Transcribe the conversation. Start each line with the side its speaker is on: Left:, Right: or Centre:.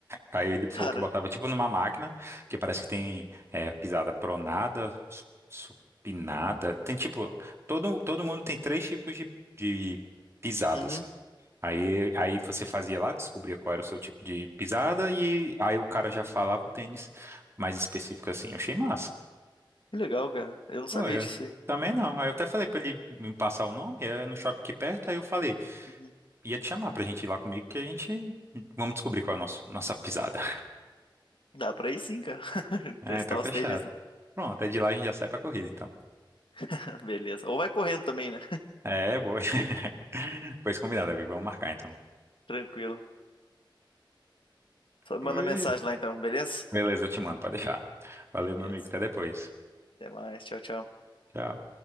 Right: Aí ele falou
Left: Cara,
Right: que botava tipo numa máquina, que parece que tem é, pisada pronada, su- supinada. Tem tipo, todo, todo mundo tem três tipos de, de pisadas.
Left: uhum,
Right: Aí, aí você fazia lá, descobria qual era o seu tipo de pisada, e aí o cara já falava o tênis mais específico assim. Eu achei massa.
Left: que legal, cara. Eu não
Right: Pô,
Left: sabia
Right: eu
Left: disso aí.
Right: também não. Aí eu até falei pra ele me passar o nome, é no shopping aqui perto, aí eu falei,
Left: Uhum.
Right: ia te chamar pra gente ir lá comigo, que a gente vamos descobrir qual é a nossa, nossa pisada.
Left: Dá pra ir sim, cara. <laughs>
Right: É,
Left: Testar
Right: então fechado.
Left: os tênis, né?
Right: Pronto, é de lá a gente já sai pra corrida, então.
Left: <laughs> Beleza. Ou vai correndo também, né?
Right: É, boa. <laughs> Pois combinado, amigo. Vamos marcar, então.
Left: Tranquilo. Só me
Right: Oi.
Left: manda mensagem lá então, beleza?
Right: Beleza, eu te mando, pode deixar. Valeu,
Left: Beleza.
Right: meu amigo. Até depois.
Left: Até mais. Tchau, tchau.
Right: Tchau.